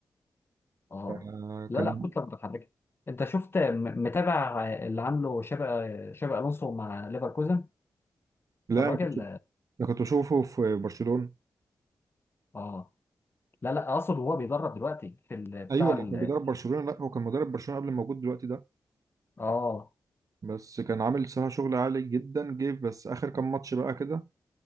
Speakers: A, on the left; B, on the right.
A: اه
B: آه،
A: لا
B: كان
A: لا كتله متحركه انت شفت م- متابع اللي عامله شابي شابي الونسو مع ليفركوزن
B: لا
A: الراجل
B: أنا كنت أنا كنت بشوفه في برشلونة
A: اه لا لا اقصد وهو بيدرب دلوقتي في ال- بتاع
B: أيوه ما
A: ال-
B: كان بيدرب برشلونة لا هو كان مدرب برشلونة قبل ما موجود دلوقتي ده
A: اه
B: بس كان عامل صراحة شغل عالي جدا جه بس آخر كام ماتش بقى كده